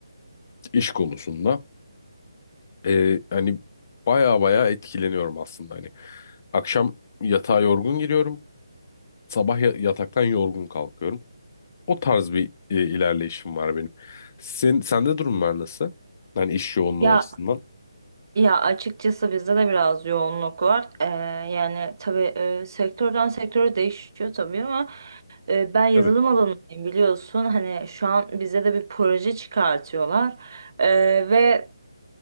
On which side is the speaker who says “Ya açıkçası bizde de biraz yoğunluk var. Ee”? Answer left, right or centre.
Right